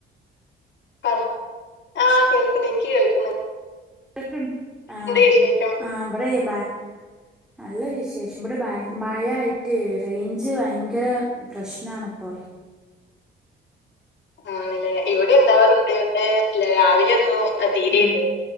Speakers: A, on the left; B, in the centre.
A: പറ ആഹ് കേൾക്കിണ് ഇൻക്ക് കേൾക്കിണ്
B: കേക്ക് ആഹ്
A: വിശേഷം
B: ആ ഇവിടെ ബാ നല്ല വിശേഷം ഇബ്ടെ ബയ മയായ്ട്ട് റേഞ്ച് ഭയങ്കര പ്രശ്നാണിപ്പോ
A: ആണ്ല്ലേ ഇവിടെ ഇണ്ടാവാറുണ്ട് ഏഹ് രാവിലെ ഒന്നും അ തീരെയില്ല
B: ആഹ്